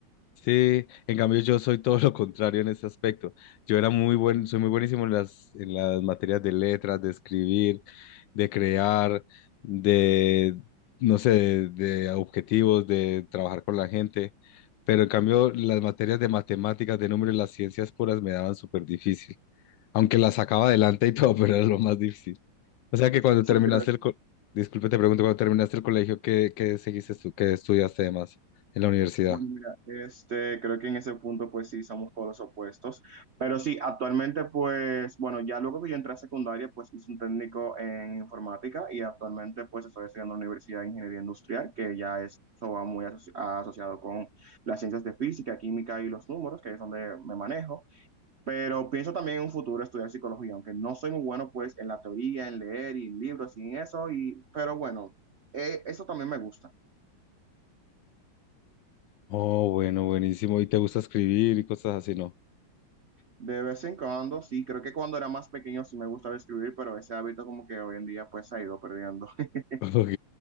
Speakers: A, on the left; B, on the right.
A: Sí, en cambio yo soy todo lo contrario en ese aspecto. Yo era muy buen, soy muy buenísimo en las, en las materias de letras, de escribir, de crear, de, no sé, de, de objetivos, de trabajar con la gente. Pero en cambio las materias de matemáticas, de números, las ciencias puras me daban súper difícil. Aunque las sacaba adelante y todo, <laughs> pero era lo más difícil. O sea que cuando
B: Sí,
A: terminaste
B: creo
A: el, co- disculpe, te pregunto, cuando terminaste el colegio, ¿qué, qué seguiste tú, qué estudiaste además en la universidad?
B: Bueno, mira, este, creo que en ese punto pues sí somos por los opuestos, pero sí, actualmente pues, bueno, ya luego que yo entré a secundaria pues hice un técnico en informática y actualmente pues estoy estudiando en la Universidad de Ingeniería Industrial, que ya es- eso va muy asoci- asociado con las ciencias de física, química y los números, que es donde me manejo, pero pienso también en un futuro estudiar psicología, aunque no soy muy bueno pues en la teoría, en leer y en libros y en eso, y, pero bueno, eh, eso también me gusta.
A: Oh, bueno, buenísimo. ¿Y te gusta escribir y cosas así, no?
B: De vez en cuando, sí, creo que cuando era más pequeño sí me gustaba escribir, pero ese hábito como que hoy en día pues se ha ido perdiendo. <laughs>
A: <laughs> Ok.